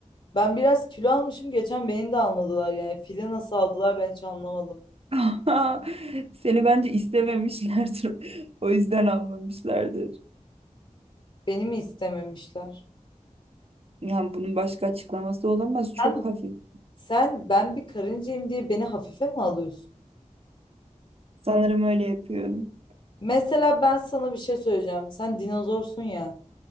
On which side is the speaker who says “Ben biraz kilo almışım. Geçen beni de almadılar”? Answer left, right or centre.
Left